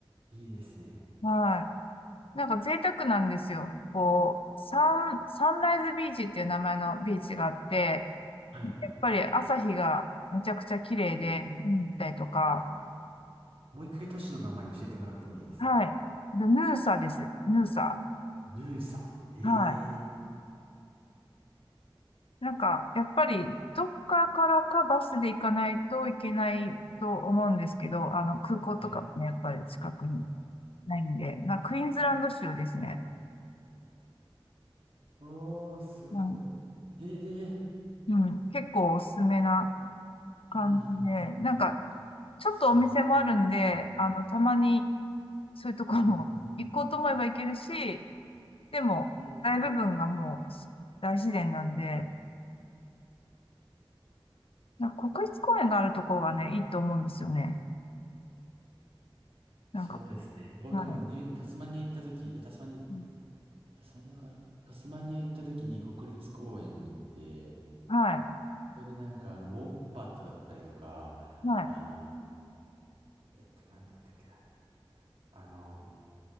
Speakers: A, on the right (about 85°); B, on the left (about 85°).
A: いいですね。
B: はい。なんか、贅沢なんですよ。こう、サン、サンライズビーチっていう名前のビーチがあって、
A: はい。
B: やっぱり朝日がめちゃくちゃ綺麗で、
A: ええ
B: 見に行ったりとか、
A: もう一回都市の名前教えてもらってもいいですか
B: はい。でヌーサです。ヌーサ。
A: ヌーサ。へ
B: はい。
A: え。
B: なんか、やっぱり、どっかからかバスで行かないといけないと思うんですけど、あの、空港とかもね、
A: はい。
B: やっぱり近くにないんで、まあクイーンズランド州ですね。
A: おー、すごい。
B: うん、
A: ええ
B: うん、結構おすすめな感じで、
A: いい、
B: なんか、
A: いい、いい。
B: ちょっとお店もあるんで、
A: すごい。
B: あの、たまにそういうとこも
A: うんうん。
B: <laughs> 行こうと思えば行けるし、でも、
A: へえ
B: 大部分がもう大自然なんで、なんか国立公園があるところがね、いいと思うんですよね。なんか、
A: そうですね。僕もニュー、
B: はい。
A: タスマニア行った時、いやタスマニア、
B: うん
A: タスマニアかなタスマニア行った時に国立公園に行って、
B: はい。
A: ここでなんかあの、ウォンバットだったりとか、
B: はい。
A: あの、えっと、なんだったっけな。あの、